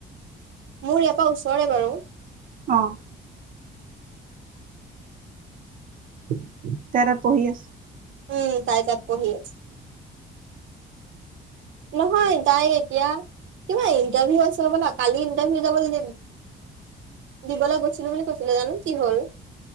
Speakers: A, on the right; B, on the right.
A: মোৰ ইয়াৰ পা ওচৰে বাৰু।
B: অ, <unintelligible>
A: <inaudible>
B: তাই তাত পঢ়ি আছে
A: উম তাই তাত পঢ়ি আছে। নহয় তাই এতিয়া কিবা ইণ্টাৰভিউ আছে হবলা কালি ইণ্টাৰভিউ যাবলৈ দিম। দিবলে গৈছিলো বুলি কৈছিলে জানো কি হ'ল?